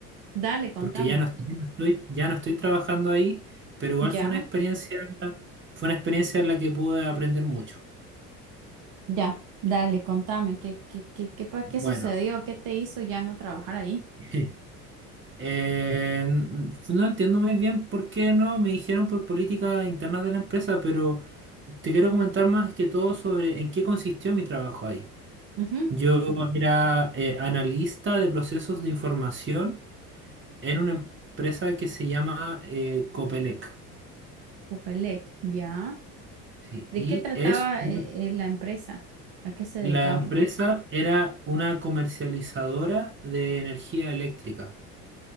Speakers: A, on the right; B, on the right.
A: Dale, contame.
B: porque ya no estoy, no estoy- ya no estoy trabajando ahí, pero igual
A: Ya,
B: fue una experiencia, fue una experiencia en la que pude aprender mucho.
A: ya, dale, contame qué, qué, qué, qué, pa-
B: Bueno,
A: qué sucedió, qué te hizo ya no trabajar ahí.
B: <laughs> eh, n- no entiendo muy bien por qué no me dijeron por políticas internas de la empresa, pero te quiero comentar más que todo sobre en qué consistió mi trabajo ahí.
A: Ujú,
B: Yo era eh, analista de procesos de información en una empresa que se llama eh, Copelec.
A: Copelec, ya.
B: Sí,
A: ¿De
B: y
A: qué trataba
B: es un-
A: eh, eh, la empresa? ¿A qué se dedicaban?
B: la empresa era una comercializadora de energía eléctrica.